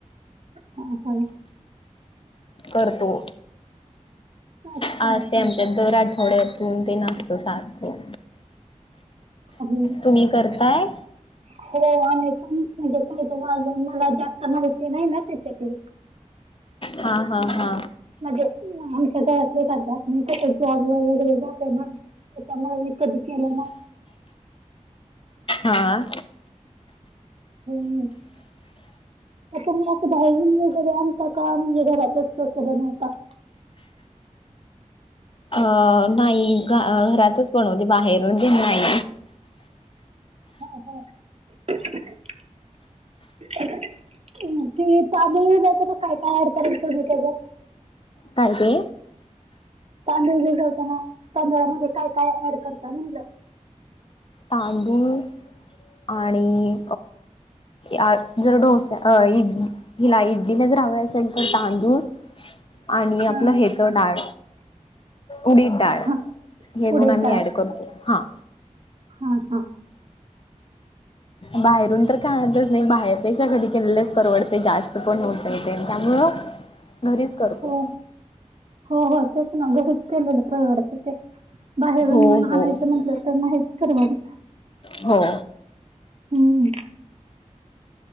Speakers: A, on the right; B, on the left.
A: हा हा
B: करतो
A: अच्छा
B: आसते
A: अच्छा
B: आमच्यात दर आठवड्यात दोन तीन असतं सारखं.
A: हुं.
B: तुमी करताय?
A: हो आणि पण म्हणजे <unintelligible> मला जास्त माईती नाई ना त्याच्याकडे
B: हा हा हा.
A: म्हजे आमच्या घरातले करतात मी कसं जॉबला वगैरे जाते ना. त्याच्यामुळे मी कधी केलं ना
B: हा.
A: हम्. आता मी असं बाहेरून वगैरे आणता का म्हणजे घरातच तसं बनवता?
B: अ नाही घ घरातच बनवते बाहेरून तेन नाई.
A: <unintelligible> ते चांग <unintelligible> काय काय ऍड करायचं म त्याच्यात?
B: काय ते?
A: तांदूळ भीजवताना तांदळामध्ये काय काय ऍड करता म्हणलं.
B: तांदूळ आणि अ जर डोस अ इड हिला इडलीला ज हवे असेल तर तांदूळ आणि आपलं
A: हा
B: ह्याच डाळ उडीद डाळ
A: हा
B: हे दोन
A: उडीद
B: आम्ही
A: डाळ
B: ऍड करतो हा.
A: हा हां.
B: बाहेरून तर <unintelligible> बाहेरपेक्षा कधी केलेलंच परवडते जास्त पण होतय तेन त्यामुळं घरीच करतो
A: हो हो हो तेच ना घरीच केलेलं परवडतं ते. बाहेरून
B: हो हो
A: आणायचं म्हटलं
B: हो
A: तर म हेच ठरवुन
B: हो.
A: हम्म